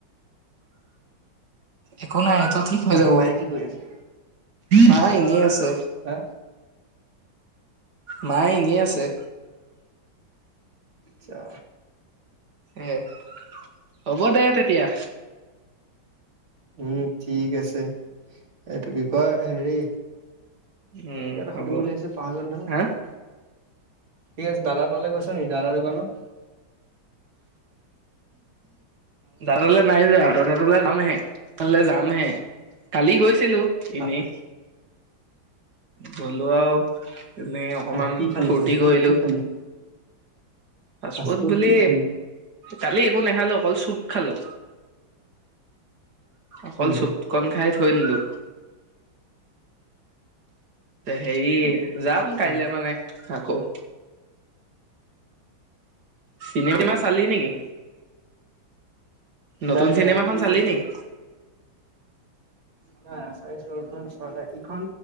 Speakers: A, on the right (about 55°); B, on the right (about 75°).
A: একো নাই এইটো ঠিক হৈ
B: বাকী
A: যাব,
B: মায়ে কি কৰি আছে
A: মা এনেই আছে।
B: হা?
A: মা এনেই আছে।
B: আচ্ছা।
A: হে হ'ব দে তেতিয়া।
B: উম, ঠিক আছে এইটো কি কয় হেৰি
A: উম
B: এই কিবা এটা
A: হ'ব
B: সুধিম বুলি আছিলো পাহৰিলো নহয়।
A: হা
B: ঠিক আছে, দাদা তাৰলৈ গৈছ নেকি দাদাৰ দোকানত?
A: দাদা তালৈ নাই যোৱা। দাদা টালৈ যাম হে কাললৈ যাম হে কালি গৈছিলো। ইনেই
B: অ
A: গলোঁ আওঁ। এনেই অকণমান
B: অ কি খালি
A: ফূৰ্তি
B: ফাষ্ট ফুড
A: কৰিলোঁ।
B: কি খালি
A: ফ্ৰাচফুট
B: ফাষ্ট ফুড
A: বুলি।
B: কি খালি
A: কালি একো নাখালো অকল চুপ খালো অকল
B: উম
A: চুপ। অকন খাই থৈ দিলোঁ। হেৰি যাম
B: আচ্ছা
A: কাইলে মানে আকৌ। চিনেমা চালি নেকি? নতুন
B: নাই
A: চিনেমাখন
B: নাই একো
A: চালি নেকি?
B: নাই চাইছো ইখন চোৱা নাই ইখন